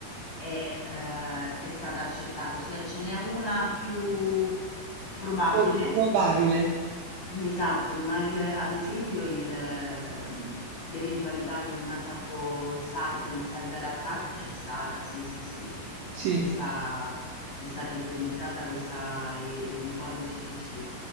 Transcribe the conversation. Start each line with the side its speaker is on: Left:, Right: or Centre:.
Left: è, eh, è stata accertata, ossia ce n'è una più probabile
Right: Pro- Probabile,
Left: Esatto, ma il ad esempio il mhmm, l'eventualità di un attacco cy di un cyber attack c'è stata, sì, sì, sì.
Right: sì,
Left: Questa è stata ipotizzata questa i ipotesi, sì, sì